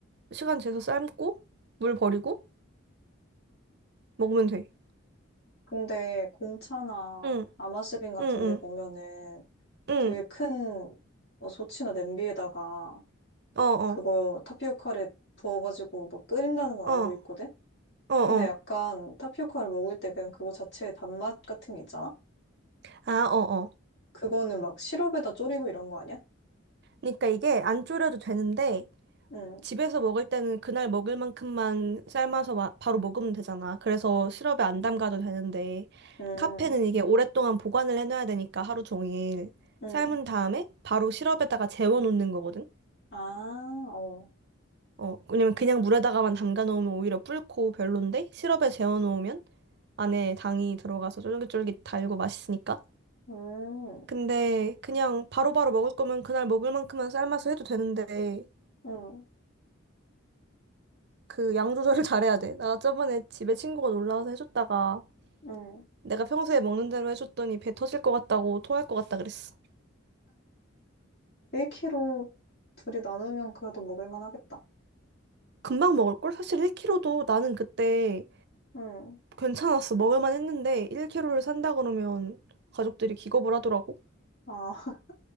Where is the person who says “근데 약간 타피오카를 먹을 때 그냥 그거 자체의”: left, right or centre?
Left